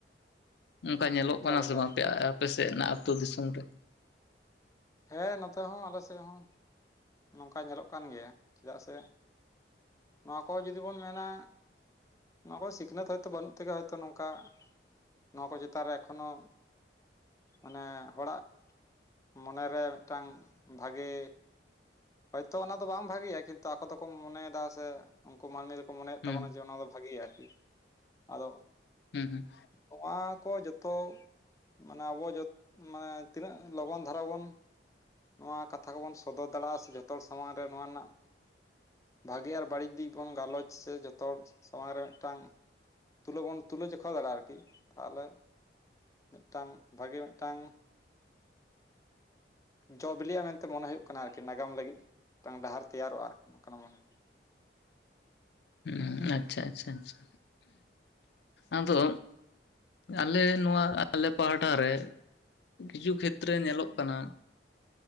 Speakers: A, on the left (about 70°); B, on the left (about 20°).
A: ᱚᱱᱠᱟ ᱧᱮᱞᱚᱜ
B: ᱮᱠᱟᱞ
A: ᱠᱟᱱᱟ
B: ᱮᱠᱟᱞ
A: ᱥᱮ ᱵᱟᱝ ᱟᱯᱮ ᱟᱯᱮ ᱥᱮᱫ ᱨᱮᱱᱟᱜ ᱟᱹᱛᱩ ᱫᱤᱥᱚᱢ ᱨᱮ
B: ᱦᱮᱸ ᱱᱚᱛᱮ ᱦᱚᱸ ᱟᱞᱮ ᱥᱮᱫ ᱦᱚᱸ ᱱᱚᱝᱠᱟ ᱧᱮᱞᱚᱜ ᱠᱟᱱ ᱜᱮᱭᱟ ᱪᱮᱫᱟᱜ ᱥᱮ ᱱᱚᱣᱟ ᱠᱚ ᱡᱩᱫᱤ ᱵᱚᱱ ᱢᱮᱱᱟ ᱱᱚᱣᱟ ᱠᱚ ᱥᱤᱠᱷᱱᱟᱹᱛ ᱦᱚᱭᱛᱳ ᱵᱟᱹᱱᱩᱜ ᱛᱮᱜᱮ ᱦᱚᱭᱛᱳ ᱱᱚᱝᱠᱟ ᱱᱚᱣᱟ ᱠᱚ ᱪᱮᱛᱟᱱ ᱨᱮ ᱮᱠᱷᱚᱱᱚ ᱢᱟᱱᱮ ᱦᱚᱲᱟᱜ ᱢᱚᱱᱮ ᱨᱮ ᱢᱤᱫᱴᱟᱝ ᱵᱷᱟᱜᱮ ᱦᱚᱭᱛᱳ ᱚᱱᱟ ᱫᱚ ᱵᱟᱝ ᱵᱷᱟᱜᱮᱹᱭᱟ ᱠᱤᱱᱛᱩ ᱟᱠᱚ ᱫᱚᱠᱚ ᱢᱚᱱᱮᱭᱫᱟ ᱥᱮ ᱩᱝᱠᱩ ᱢᱟᱹᱱᱢᱤ ᱫᱚᱠᱚ ᱢᱚᱱᱮᱭᱮᱫ
A: ᱦᱩᱸ
B: ᱛᱟᱵᱚᱱᱟ ᱡᱮ ᱚᱱᱟ ᱫᱚ ᱵᱷᱟᱜᱮᱹᱭᱟ ᱟᱹᱨᱠᱤ ᱟᱫᱚ
A: ᱦᱩᱸ ᱦᱩᱸ
B: ᱱᱚᱣᱟ ᱠᱚ ᱡᱚᱛᱚ ᱢᱟᱱᱮ ᱟᱵᱚ ᱡᱚᱛ ᱢᱟᱱᱮ ᱛᱤᱱᱟᱹᱜ ᱞᱚᱜᱚᱱ ᱫᱷᱟᱨᱟ ᱵᱚᱱ ᱱᱚᱣᱟ ᱠᱟᱛᱷᱟ ᱠᱚᱵᱚᱱ ᱥᱚᱫᱚᱨ ᱫᱟᱲᱮᱭᱟᱜᱼᱟ ᱥᱮ ᱡᱷᱚᱛᱚ ᱦᱚᱲ ᱥᱟᱢᱟᱝ ᱨᱮ ᱱᱚᱣᱟ ᱨᱮᱱᱟᱜ ᱵᱷᱟᱜᱮᱹ ᱟᱨ ᱵᱟᱹᱲᱤᱡ ᱫᱤᱠ ᱵᱚᱱ ᱜᱟᱞᱚᱪ ᱥᱮ ᱡᱚᱛᱚ ᱦᱚᱲ ᱥᱟᱢᱟᱝ ᱨᱮ ᱢᱤᱫᱴᱟᱝ ᱛᱩᱞᱟᱹ ᱵᱚᱱ ᱛᱩᱞᱟᱹ ᱡᱚᱠᱷᱟ ᱫᱟᱲᱮᱹᱭᱟᱜᱼᱟ ᱟᱹᱨᱠᱤ ᱛᱟᱦᱚᱞᱮ ᱢᱮᱜᱴᱟᱝ, ᱵᱷᱟᱜᱮ ᱢᱮᱜᱴᱟᱝ ᱮᱸ ᱡᱚ ᱵᱤᱞᱤᱜᱼᱟ ᱢᱮᱱᱛᱮ ᱢᱚᱱᱮ ᱦᱳᱭᱳᱜ ᱟᱹᱨᱠᱤ ᱱᱟᱜᱟᱢ ᱞᱟᱹᱜᱤᱫ ᱢᱤᱫᱴᱟᱝ ᱰᱟᱦᱟᱨ ᱛᱮᱭᱟᱨᱚᱜᱼᱟ ᱟᱹᱨᱠᱤ ᱱᱚᱝᱠᱟᱱᱟᱜ ᱢᱚᱱᱮ ᱦᱩᱭᱩᱜ
A: ᱦᱩᱸ ᱟᱪᱪᱷᱟ ᱟᱪᱪᱷᱟ ᱟᱪᱪᱷᱟ ᱟᱫᱚ ᱟᱞᱮ ᱱᱚᱣᱟ ᱟᱞᱮ ᱯᱟᱦᱴᱟ ᱨᱮ ᱠᱤᱪᱷᱩ ᱠᱷᱮᱛᱨᱮ ᱧᱮᱞᱚᱜ ᱠᱟᱱᱟ᱾